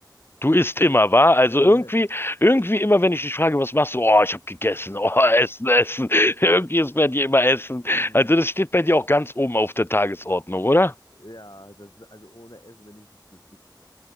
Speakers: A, on the left (about 30°); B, on the left (about 60°).
A: Du isst immer, wahr? Also
B: <laughs>
A: irgendwie, irgendwie immer, wenn ich dich frage, was machst du? Oh, ich habe gegessen. <laughs> Oh, Essen, Essen. <laughs> Irgendwie ist bei dir immer Essen.
B: Hm,
A: Also das steht bei dir auch ganz oben auf der Tagesordnung, oder?
B: ja, das ist also ohne Essen bin ich nicht glücklich.